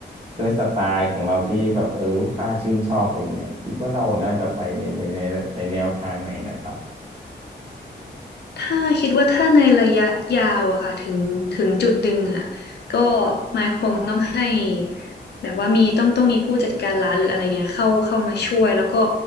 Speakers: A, on the right; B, on the left.
A: ด้วยสไตล์ของเราที่แบบเออลูกค้าชื่นชอบอะไรเงี้ยคิดว่าเราน่าจะไปในในในในแนวทางไหนนะครับ
B: ถ้าคิดว่าถ้าในระยะยาวอะค่ะถึงถึงจุดหนึ่งอะก็ไมค์คงต้องให้แบบว่ามีต้องต้องมีผู้จัดการร้านหรืออะไรเงี้ยเข้าเข้ามาช่วยแล้วก็